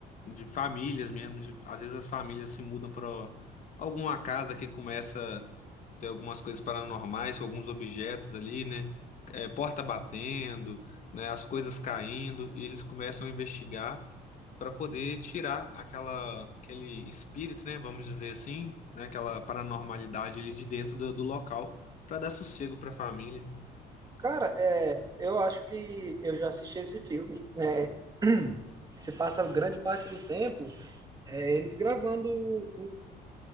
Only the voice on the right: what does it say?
Cara, é, eu acho que eu já assisti esse filme. É, <clears throat> se passa grande parte do tempo É eles gravando o,